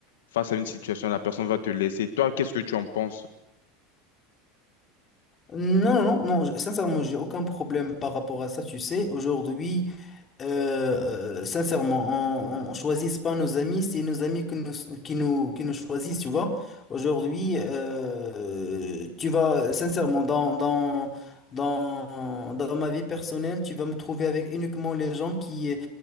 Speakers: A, on the left; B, on the left.
A: face à une situation, la personne va te laisser. Toi, qu'est-ce que tu en penses?
B: Non, non, non, je- sincèrement, j'ai aucun problème par rapport à ça, tu sais. Aujourd'hui, euh, euh, sincèrement, on, on choisit pas nos amis, c'est nos amis qui nous, qui nous, qui nous choisissent, tu vois. Aujourd'hui, euh, tu vas, sincèrement, dans, dans, dans, dans ma vie personnelle, tu vas me trouver avec uniquement les gens qui,